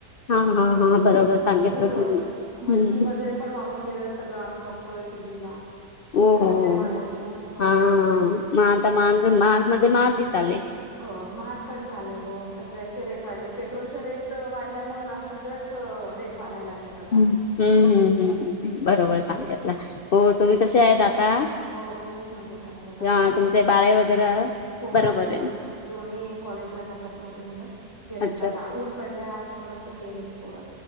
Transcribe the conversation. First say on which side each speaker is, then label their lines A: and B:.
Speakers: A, on the left; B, on the left.
A: हा हा बरोबर सांगितलं
B: खूप
A: तुम्ही?
B: म्हशी
A: हम्म
B: वगैरे पण वाहून गेलेलं सगळं आम्ही बघतोय टीव्हीला खूप
A: हो
B: प्रॉब्लेम
A: हो हो
B: आलाय खूप प्रॉब्लेम
A: हा
B: आलाय.
A: मग आता माग माघ मध्ये मागे झाले.
B: हो महाग पण झालंय हो सगळ्याचे रेट वाढले. पेट्रोलचे रेट वाढल्यामुळेळं ना सगळच रेट वाढायला लागलेत. आता
A: हम्म हम्म हम्् बरोबर सांगला हो तुम्ही कसे आहेत आता
B: हो खूप मजेत आहे बघा
A: हा
B: तुम्ही
A: तुमचे बाळे वगैरे
B: ख
A: बरोबर
B: माझे दोन
A: आहे
B: दोन्ही कॉलेजला जातात माझे मुलं गेलेत
A: अच्छा
B: बघा ऊन पडल्या आज थोडस गेलेत पोरं.